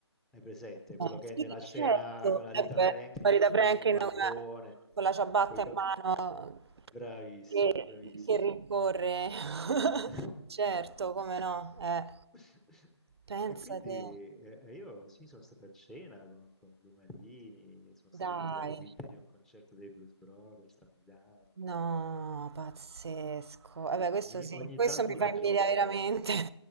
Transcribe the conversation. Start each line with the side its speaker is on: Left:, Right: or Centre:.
Centre: Hai presente
Right: Eh,
Centre: quello che
Right: sì,
Centre: nella scena
Right: certo.
Centre: con la
Right: Eh
Centre: Rita
Right: beh,
Centre: Franklin
Right: Farida
Centre: sta lì
Right: Franklin
Centre: sul bancone?
Right: con la con la ciabatta
Centre: coi cap-
Right: in mano
Centre: Bravissima,
Right: che
Centre: bravissima.
Right: che rincorre. <laughs>
Centre: <laughs>
Right: Certo, come no, eh.
Centre: <laughs>
Right: Pensa
Centre: E quindi
Right: te,
Centre: eh, eh, io sì, sono stato a cena con, con Lumarini, sono stato
Right: dai.
Centre: dietro le quinte di un concerto dei Blues Brothers a Milano.
Right: No, pazzesco.
Centre: Insomma,
Right: Vabbè, questo
Centre: ogni,
Right: sì,
Centre: ogni
Right: questo
Centre: tanto
Right: mi
Centre: una
Right: fa invidia
Centre: gioia.
Right: veramente. <laughs>